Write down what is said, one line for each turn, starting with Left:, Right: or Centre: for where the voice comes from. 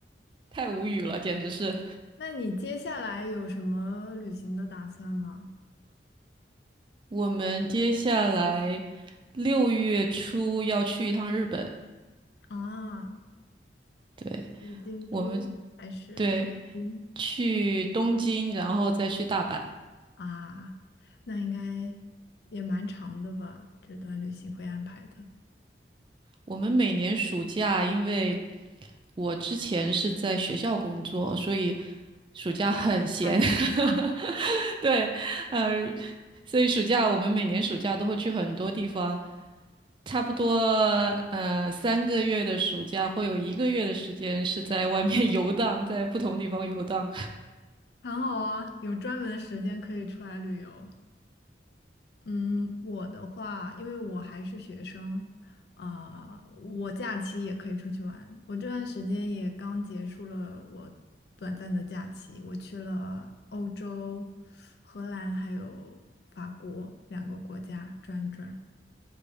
Right: 太无语了，
Left: 那
Right: 简直是。
Left: 那你接下来有什么旅行的打算吗？
Right: 我们接下来六月初要去一趟日本，
Left: 啊，
Right: 对，
Left: 是京都还是嗯
Right: 我们对去东京，然后再去大阪。
Left: 啊？那应该也蛮长的吧？这段旅行会安排的，
Right: 我们每年暑假，因为我之前是在学校工作，所以暑假很闲。
Left: 下次来
Right: <laughs> 对，呃，所以暑假我们每年暑假都会去很多地方，差不多呃三个月的暑假会有一个月的时间是在外面 <laughs> 游荡，在不同地方游荡。<laughs>
Left: 很好啊，有专门的时间可以出来旅游。嗯，我的话，因为我还是学生，啊、我假期也可以出去玩。我这段时间也刚结束了我短暂的假期，我去了欧洲、荷兰还有法国两个国家转一转。